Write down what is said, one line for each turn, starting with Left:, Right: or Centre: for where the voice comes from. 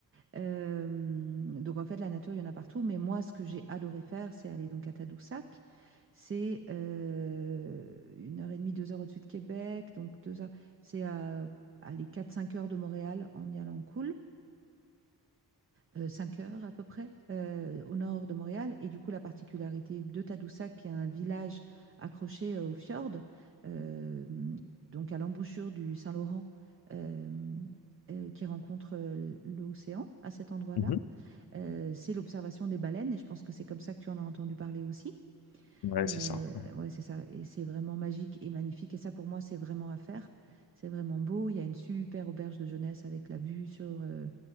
Right: Hem, donc en fait, la nature, il y en a partout, mais moi, ce que j'ai adoré faire, c'est aller donc à Tadoussac. C'est, heu, 1 heure et demie, 2 heures au-dessus de Québec, donc 2 heures c'est à, aller quatre, cinq heures de Montréal en y allant cool, heu, 5 heures à peu près, heu, au nord de Montréal et du coup, la particularité de Tadoussac, qui est un village accroché, heu, au fjord, hem, donc à l'embouchure du Saint-Laurent, hem, heu, qui rencontre, heu, l'océan à cet endroit-là
Left: Mhm.
Right: euh, c'est l'observation des baleines, et je pense que c'est comme ça que tu en as entendu parler aussi.
Left: Ouais,
Right: Euh,
Left: c'est ça. ouais.
Right: ouais, c'est ça. Et c'est vraiment magique et magnifique. Et ça, pour moi, c'est vraiment à faire. C'est vraiment beau. Il y a une super auberge de jeunesse avec la vue sur, euh,